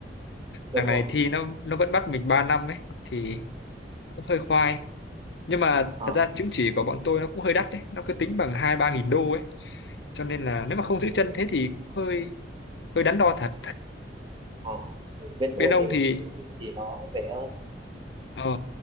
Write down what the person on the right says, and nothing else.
đúng
rồi
ờ
ờ bên tôi
thì
cũng chứng chỉ nó rẻ hơn